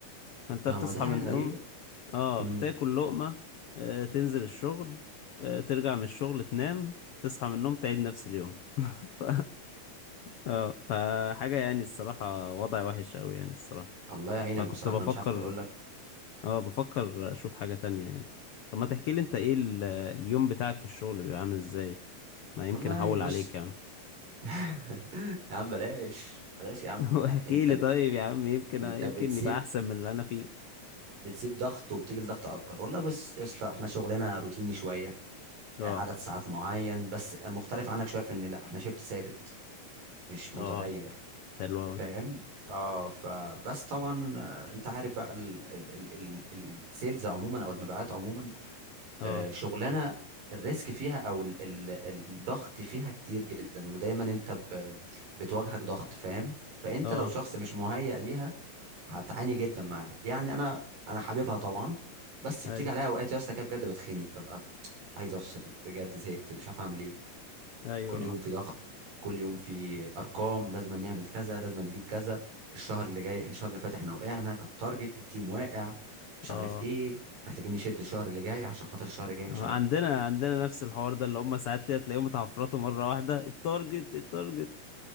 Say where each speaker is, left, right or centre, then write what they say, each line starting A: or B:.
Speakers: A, on the left; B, on the right.
A: فانت
B: ما
A: بتصحى
B: هو دي حاجه
A: من
B: غريبه
A: النوم اه
B: امم
A: بتاكل لقمة آه تنزل الشغل آه ترجع من الشغل تنام تصحى من النوم تعيد نفس اليوم <laughs> ف... اه فحاجة يعني الصراحة وضع وحش قوي يعني الصراحة
B: الله يعينك
A: فكنت
B: بصراحه
A: بفكر
B: انا مش عارف اقول لك
A: اه بفكر اشوف حاجة تانية يعني طب ما تحكي لي انت ايه ال- اليوم بتاعك في الشغل بيبقى عامل ازاي ما
B: والله
A: يمكن احول
B: بص
A: عليك يا عم
B: <laughs> يا عم بلاش بلاش يا عم
A: <laughs> واحكي
B: انت
A: لي
B: بت...
A: طيب يا عم يمكن
B: انت
A: يمكن
B: بتسيب
A: يبقى احسن من اللي انا فيه
B: بتسيب ضغط وبتيجي لضغط اكبر والله بص يا اسطى احنا شغلنا روتيني شويه
A: اه
B: عدد ساعات معين بس المختلف عنك شويه في ان لا احنا شيفت ثابت مش متغير
A: اه حلو قوي
B: فاهم اه فبس طبعا آه، انت عارف بقى ال- ال- ال- ال- السيلز عموما او المبيعات عموما
A: اه
B: آه، شغلانه الريسك فيها او ال- ال- ال- الضغط فيها كتير جدا ودايما انت ب- بتواجهك ضغط فاهم فانت
A: اه
B: لو شخص مش مهيأ ليها هتعاني جدا معاها يعني انا انا حاببها طبعا بس بتيجي
A: ايوه
B: عليها اوقات يا اسطى كده بجد بتخنق ببقى عايز افصل بجد زهقت مش عارف اعمل ايه
A: ايوه
B: كل يوم في ضغط كل يوم في ارقام لازم نعمل كذا لازم نجيب كذا الشهر اللي جاي احنا الشهر اللي فات احنا وقعنا كان تارجت التيم واقع مش
A: اه
B: عارف ايه محتاجين نشد الشهر اللي جاي عشان خاطر الشهر الجاي مش
A: آه،
B: عارف
A: عندنا عندنا نفس الحوار ده اللي هم ساعات كده تلاقيهم اتعفرطوا مره واحده التارجت التارجت